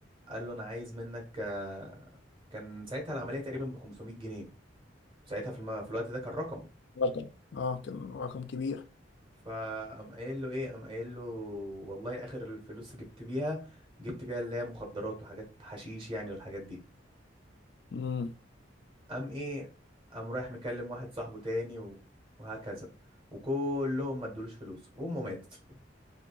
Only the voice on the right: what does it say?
قال له انا عايز منك آه، كان ساعتها العمليه تقريبا ب 500 جنيه ساعتها في, الم... في الوقت ده كان رقم
فقام قايل له ايه قام قايل له والله اخر الفلوس جبت بيها جبت بيها اللي هي مخدرات وحاجات حشيش يعني والحاجات دي
قام ايه قام رايح مكلم واحد صاحبه تاني و... وهكذا وكلهم ما ادولوش فلوس وامه ماتت